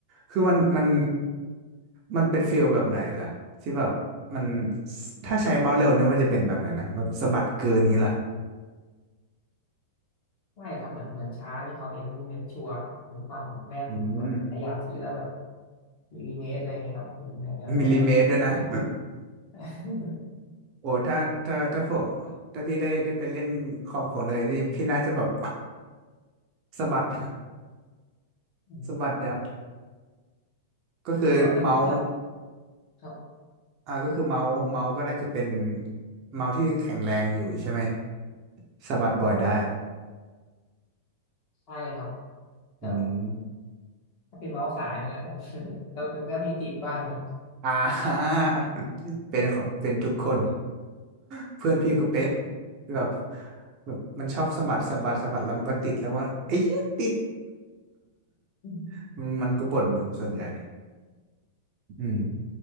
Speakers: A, on the right; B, on the left.
A: คือมันมันมันเป็นฟีลแบบไหนล่ะที่แบบมันถ้าใช้เมาส์เร็วเนี่ยมันจะเป็นแบบไหนนะแบบสะบัดเกินนี้ล่ะ
B: ใช่ครับเหมือนเหมือนช้านี่เขาเน้นเน้นชัวร์ครับเน้นความแม่นครับแบบขยับทีแล้วแบบ
A: อืม
B: มิลลิเมตรอะไรเงี้ยครับเป็นแนวแนวแนวนั้นเลยครับ
A: มิลลิเมตรด้วยนะ <laughs>
B: <laughs>
A: โอ้ถ้าถ้าถ้าผมถ้าพี่ได้ได้ไปเล่นคอมผมเลยนี่พี่น่าจะแบบ <laughs> สะบัด <laughs>
B: อืม
A: สะบัดยับก็คือเมาส์
B: แล้วแล้วพี่ชอบครับ
A: อ่าก็คือเมาส์เมาส์ก็น่าจะเป็นเมาส์ที่แข็งแรงอยู่ใช่ไหมสะบัดบ่อยได้
B: ใช่ครับแต่
A: อืม
B: ถ้าเป็นเมาส์สายเนี่ยแหละครับ <laughs> แล้วมันก็มีติดบ้างครับ
A: อ่า <laughs> เป็นของเป็นทุกคน <laughs> เพื่อนพี่ก็เป็นแบบแบบมันชอบสะบัดสะบัดสะบัดแล้วมันก็ติดแล้วว่าไอ้เหี้ยติด
B: <laughs> อืม
A: <laughs> มันมันก็บ่นส่วนใหญ่อืม